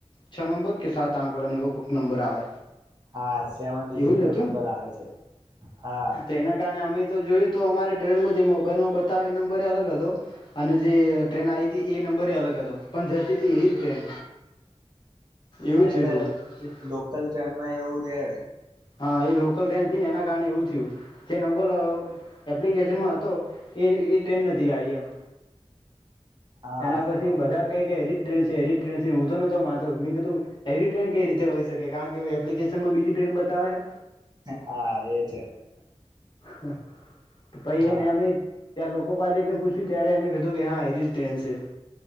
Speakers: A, on the left; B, on the right.
A: છ નંબર કે સાત આકડને એવું નંબર આવે
B: હા સેવન ડિઝિટ
A: એવું જ
B: નો
A: હતું
B: નંબર
A: ને
B: આવે છે હા
A: તો એના કારણે અમે તો જોયું તો અમારે ટ્રેનમાં જે મોબાઈલમાં બતાવે એ નંબરે અલગ હતો અને જે ટ્રેન આવી હતી એ નંબરે અલગ હતો પણ જતી હતી એ જ ટ્રેન એવું
B: એટલે
A: થયું હતું
B: લોકલ ટ્રેનમાં એવું રે
A: હા એ લોકલ ટ્રેન હતી ને એના કારણે એવું થયું જે નંબર એપ્લિકેશનમાં હતો એ એ ટ્રેન નથી આઈ એમ
B: હા
A: એના પછી બધા કેયકે એલી જ ટ્રેન એલી જ ટ્રેન હું તો નોતો માતો મે કીધું હેરી ટ્રેન કઈ રીતે હોઈકે કારણ કે એપ્લિકેશનમાં બીજી ટ્રેન તા હોય
B: હા એ છે.
A: હમ પહી
B: હા
A: એને અમે ત્યાં લોકો પાયલટ ને પૂછ્યું ત્યારે એને કીધું કે હા એલી જ ટ્રેન છે